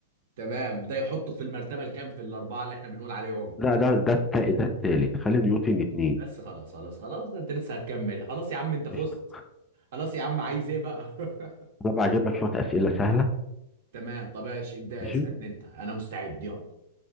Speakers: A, on the right; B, on the left.
A: تمام ده يحطه في المرتبه الكام في الاربعه اللي احنا بنقول عليهم
B: لا ده ده الت- ده التالت خلي نيوتن اتنين
A: بس خلاص خلاص خلاص انت لسه هتكمل خلاص يا عم انت فزت
B: قشطة
A: خلاص يا عم عايز ايه بقى <laughs>
B: أنا بقى هجيب لك شوية أسئلة سهلة
A: تمام طب ماشي ابدا
B: ماشي
A: اسالني انت انا مستعد يلا